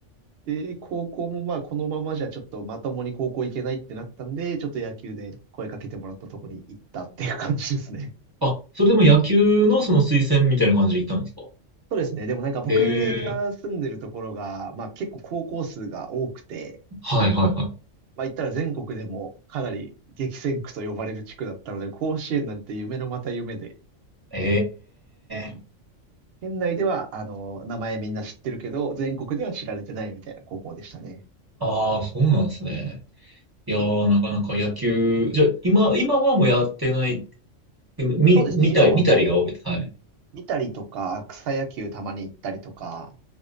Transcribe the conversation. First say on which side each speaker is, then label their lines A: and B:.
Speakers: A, on the right; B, on the right.
A: で、高校もまあこのままじゃちょっとまともに高校行けないってなったんで、ちょっと野球で声かけてもらったとこに行ったっていう感じですね。
B: あ、それでも野球のその推薦みたいな感じで行ったんですか
A: そうですね。でもなんか僕が住んでるところが、
B: へえ。
A: まあ結構高校数が多くて、
B: はい、はい、はい。
A: まあ言ったら全国でもかなり激戦区と呼ばれる地区だったので、甲子園なんて夢のまた夢で、
B: へえ。
A: 県内ではあの、名前みんな知ってるけど、全国では知られてないみたいな高校でしたね。
B: ああ、そうなんですね。いやー、なかなか野球、じゃあ、今、今はもうやってない、み、
A: そうですね。
B: 見たり、
A: 今はもうあの、
B: 見たりが多い。はい。
A: 見たりとか、草野球たまに行ったりとか、